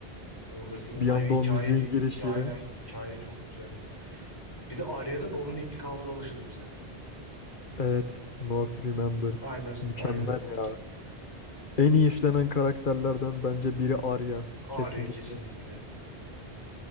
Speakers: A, on the left; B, on the left.
A: Oradaki olay
B: Bir anda
A: ve hikaye
B: o müziğin
A: i-
B: girişi.
A: aynen hikaye çok güzeldi. Bir de Arya'nın onun intikamını alışı da güzeldi.
B: Evet. North Remembers.
A: Aynen
B: Mükemmel
A: Arya'nın ortası.
B: ya. En iyi işlenen karakterlerden bence biri Arya.
A: Arya
B: Kesinlikle.
A: kesinlikle.